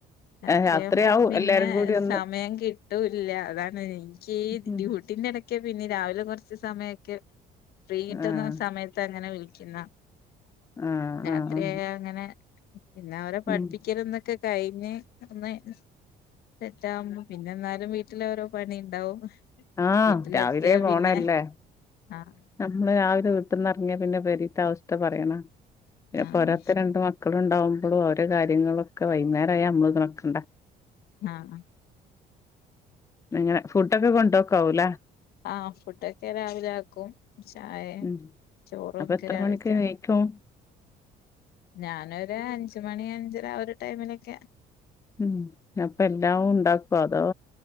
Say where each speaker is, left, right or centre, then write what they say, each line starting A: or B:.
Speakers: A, on the left; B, on the left.
A: രാത്രിയാകുമ്പോ
B: രാത്രിയാവും
A: പിന്നെ
B: എല്ലാരും കൂടി ഒന്ന്
A: സമയം കിട്ട് ട്ടൂല്ല അതാണ് എനിക്ക് ഈ
B: ഉം
A: ഡ്യൂട്ടീന്റെ ഇടക്ക് പിന്നെ രാവിലെ കുറച്ച് സമയൊക്കെ ഫ്രീ കിട്ടുന്ന
B: ആഹ്
A: സമയത്ത് അങ്ങനെ വിളിക്കുന്ന
B: ആഹ്
A: രാത്രിയായ
B: ആഹ്
A: അങ്ങനെ പിന്നെ അവരെ പഠിപ്പിക്കലന്നൊക്കെ
B: ഉം
A: കഴിഞ്ഞ് ഒന്ന് സെറ്റവും പിന്നെ എന്നാലും വീട്ടില് ഓരോ പണി ഉണ്ടാവും
B: ആഹ്
A: വീട്ടിലെത്തിയ
B: രാവിലെ പോണല്ലേ
A: പിന്നെ ആഹ്
B: നമ്മള് രാവിലെ വീട്ടന്ന്റങ്ങിയാ പിന്നെ പെരീത്ത അവസ്ഥ പറയണ പിന്നെ
A: ആഹ്
B: പൊരാത്തെ രണ്ട് മക്ക ക്കളുണ്ടാവുമ്പളും അവര് കാര്യങ്ങളൊക്കെ വൈന്നേരായ നമ്മളിതാക്കണ്ടെ
A: ആഹ്
B: അങ്ങനെ ഫുഡൊക്കെ കൊണ്ടോക്കാവൂല്ലെ
A: ആഹ് ഫുണ്ടൊക്കെ രാവിലെ ആക്കും ചായേം
B: ഉം
A: ചോറും
B: അപ്പൊ
A: ക്കെ
B: എത്ര
A: രാവിൽത്തയാ
B: മണിക്ക് എണീക്കും
A: ഞാനൊര അഞ്ച് മണി ഒരഞ്ചര ആഒരു ടൈമിലൊക്കെ
B: ഉം അപ്പം എല്ലാം ഉണ്ടാക്കോ അതോ